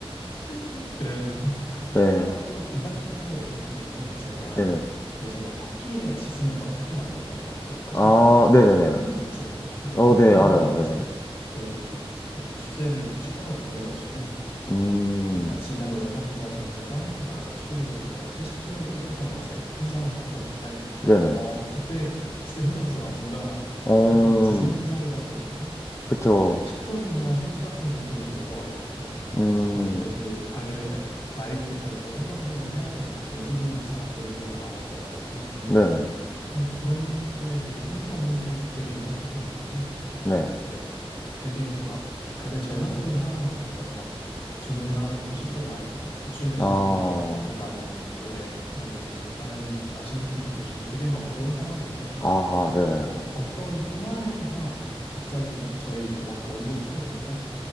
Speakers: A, on the left; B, on the left.
A: <laughs> 그래가지고
B: 네,
A: 하나 좀 인상 깊었던 거 얘기를 드리면 제가
B: 네네.
A: 예전에 터키에 지진 한번 크게 났었던 거 기억하시나요?
B: 아, 네네네.
A: 한 3년 전쯤인가? 네,
B: 어,
A: 그때
B: 네, 알아요,
A: 한번
B: 네.
A: 이제 저희에서 취재를 출장을 보내가지고
B: 음,
A: 어, 같이 일하는 영상 기자 동료랑 그다음에 취재 기자 동료랑 셋이 팀을 꾸려서 이제 현장을 갔었는데
B: 네네.
A: 어 그때 진짜 힘들었어요. 뭔가
B: 어,
A: 일단은 지진 현장이다 보니까
B: 그쵸.
A: 식- 식품이나 생수 같은 거 공급이 너무 어려웠고
B: 음,
A: 또 아무래도 당일에 세- 라이브로 방송 생방송으로 해야 되는데 전기 공급이 잘 안 되는 경우도 많았어가지고
B: 네네,
A: 그래서 그런 때 되게 힘들었는데 되게 인상 깊은 이유는
B: 네.
A: 이제 되게 막 다들 절망적인 상황이었어요. 막 죽는 사람들도 실제로 많이 봤고 구출되시는
B: 아,
A: 분들 중에서도 많이 뭐 몸에 몸에 뭐 절단이 좀 나신 분들도 계시고 되게 막 어려운 상황인데
B: 아하, 네네.
A: 어 어떤 꼬마애가 갑자기 저희 이렇게 막 원고 쓰고 있는데